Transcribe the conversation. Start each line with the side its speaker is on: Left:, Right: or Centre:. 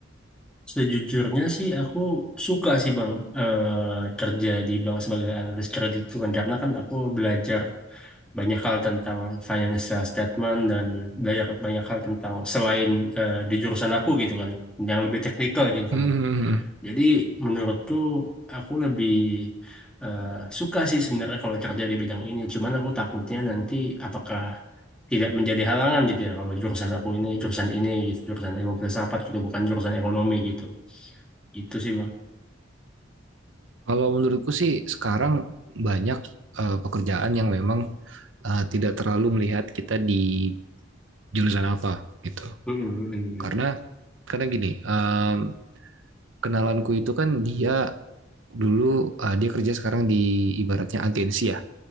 Centre: Sejujurnya sih aku suka sih Bang eh, kerja di bank sebagai analis kredit itu kan karena kan aku belajar banyak hal tentang financial statement dan belajar banyak hal tentang selain eh, di jurusan aku gitu kan yang lebih teknikal gitu
Right: Hmm.
Centre: kan Jadi menurutku aku lebih eh, suka sih sebenarnya kalau kerja di bidang ini. Cuman aku takutnya nanti apakah tidak menjadi halangan gitu ya kalau jurusan aku ini jurusan ini gitu jurusan ilmu filsafat gitu bukan jurusan ekonomi gitu. Gitu sih bang.
Right: Kalau menurutku sih sekarang banyak eh, pekerjaan yang memang eh, tidak terlalu melihat kita di jurusan apa gitu.
Centre: Mm, mm, mm,
Right: Karena
Centre: mm.
Right: karena gini, em, kenalanku itu kan dia dulu eh, dia kerja sekarang di ibaratnya agensi ya,